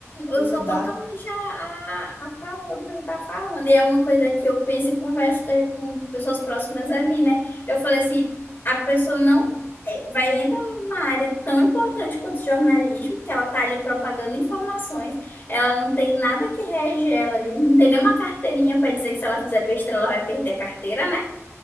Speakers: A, on the left; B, on the left.
A: que
B: eu
A: me
B: sou
A: dá.
B: totalmente a, a, a favor do que você está falando. E é uma coisa que eu penso e converso com com pessoas próximas a mim, né? Eu falei assim, a pessoa não é, vai entrar numa área tão importante quanto o jornalismo, que ela tá ali propagando informações, ela não tem nada que rege ela ali, não tem nenhuma carteirinha para dizer que se ela fizer besteira, ela vai perder a carteira, né?